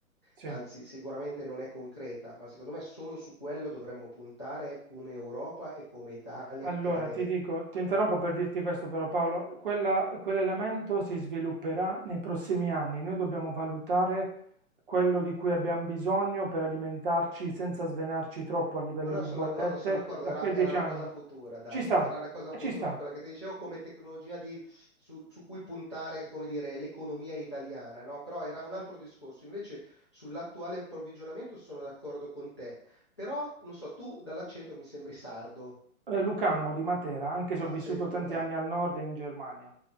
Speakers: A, on the right; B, on the left.
A: sì.
B: anzi, sicuramente non è concreta, ma secondo me solo su quello dovremmo puntare come Europa e come Italia
A: Allora,
B: per avere
A: ti dico, ti interrompo per dirti questo però Paolo, quella- quell'elemento si svilupperà nei prossimi anni, noi dobbiamo valutare quello di cui abbiamo bisogno per alimentarci senza svenarci troppo a livello
B: No, no,
A: di
B: sono
A: bollette
B: d'accordo, sono d'accordo,
A: da
B: era,
A: qui a
B: era
A: dieci
B: una
A: anni.
B: cosa futura, dai,
A: Ci sta,
B: no, era una cosa
A: eh,
B: futura,
A: ci sta.
B: quella che ti dicevo come tecnologia di- su, su cui puntare, come dire, l'economia italiana, no? Però era un altro discorso. Invece sull'attuale approvvigionamento sono d'accordo con te, però, non so, tu dall'accento mi sembri sardo.
A: Eh, Lucano di Matera, anche se
B: Ah,
A: ho vissuto
B: sei di
A: tanti
B: Lucca.
A: anni al nord e in Germania.